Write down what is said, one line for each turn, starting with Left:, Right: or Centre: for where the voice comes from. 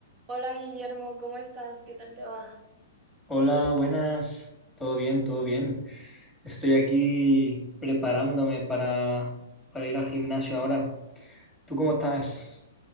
Right: Hola Guillermo, ¿cómo estás? ¿Qué tal te va?
Centre: Hola, buenas. Todo bien, todo bien. Estoy aquí preparándome para, para ir al gimnasio ahora. ¿Tú cómo estás?